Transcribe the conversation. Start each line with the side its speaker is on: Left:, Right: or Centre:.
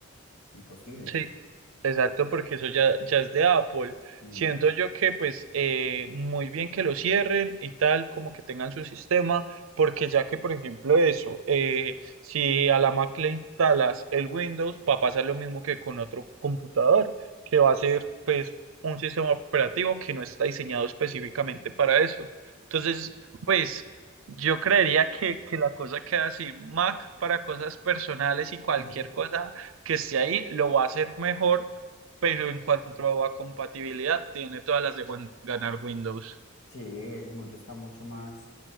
Left: imposible.
Right: Sí, exacto, porque eso ya, ya es de Apple.
Left: Mm.
Right: Siento yo que pues eh, muy bien que lo cierren y tal, como que tengan su sistema, porque ya que por ejemplo eso, eh, si a la Mac le instalas el Windows, va a pasar lo mismo que con otro computador, que va a ser pues un sistema operativo que no está diseñado específicamente para eso. Entonces, pues... Yo creería que, que la cosa queda así, Mac para cosas personales y cualquier
Left: <laughs>
Right: cosa que esté ahí, lo va a hacer mejor, pero en cuanto a compatibilidad, tiene todas las de wan- ganar Windows.
Left: Sí, el mundo está mucho más,